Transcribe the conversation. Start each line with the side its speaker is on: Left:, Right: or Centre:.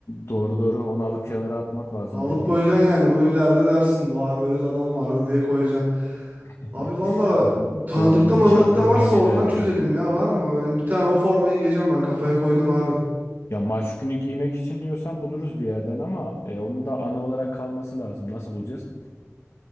Left: Doğru doğru onu alıp kenara atmak lazım
Right: Alıp
Left: dediğin
Right: koyacaksın
Left: gibi.
Right: yani bu ileride dersin. Vay böyle adam vardı diye koyacaksın.
Left: <laughs>
Right: Abi valla
Left: Bu,
Right: tanıdıkta
Left: bu adam bizi
Right: manıdıkta
Left: şampiyonluğa
Right: varsa
Left: getirirdi.
Right: oradan çözelim ya var mı? Yani bir tane o formayı giyeceğim ben kafaya koydum abi.
Left: Ya maç günü giymek için diyorsan buluruz bir yerden ama e, onun da ana olarak kalması lazım. Nasıl bulacağız?